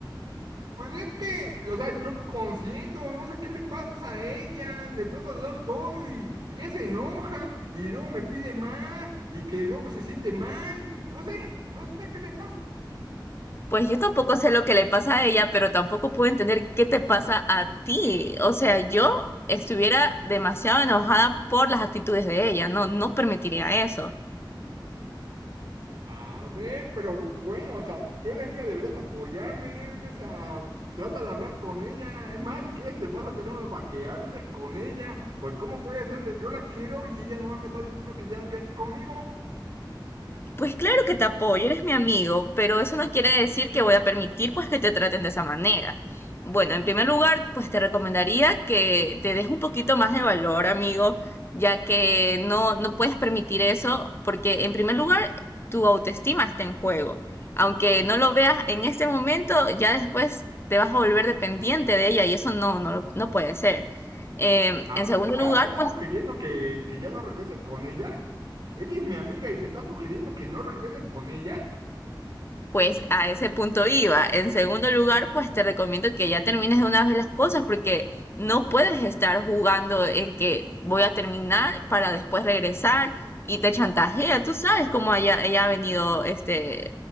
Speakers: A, on the right; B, on the left.
A: Pues es que, o sea, yo consiento, no sé qué le pasa a ella, le trato de dar todo y, y ella se enoja, y luego me pide más, y que luego se siente mal, no sé, no sé qué le pasa.
B: Pues yo tampoco sé lo que le pasa a ella, pero tampoco puedo entender qué te pasa a ti. O sea, yo estuviera demasiado enojada por las actitudes de ella. No, no permitiría eso.
A: A ver, pero bueno, o sea, tú eres amiga, deberías apoyarme, o sea, trata de hablar con ella. Es más, si quieres, te pasa el teléfono para que hables con ella. Pues, ¿cómo puede ser? de Yo la quiero y ella no me está diciendo que ya no quiere conmigo.
B: Pues claro que te apoyo, eres mi amigo, pero eso no quiere decir que voy a permitir pues que te traten de esa manera. Bueno, en primer lugar, pues te recomendaría que te des un poquito más de valor, amigo, ya que no no puedes permitir eso porque en primer lugar tu autoestima está en juego. Aunque no lo veas en este momento, ya después te vas a volver dependiente de ella y eso no no lo- no puede ser. Eh,
A: ¿Acaso
B: en segundo lugar,
A: estás
B: pues,
A: sugiriendo que, que ya no regrese con ella? Eres mi amiga y me estás sugiriendo que no regrese con ella.
B: Pues a ese punto iba. En segundo lugar, pues te recomiendo que ya termines de una vez las cosas porque no puedes estar jugando en que voy a terminar para después regresar y te chantajea. Tú sabes cómo ella, ella ha venido este,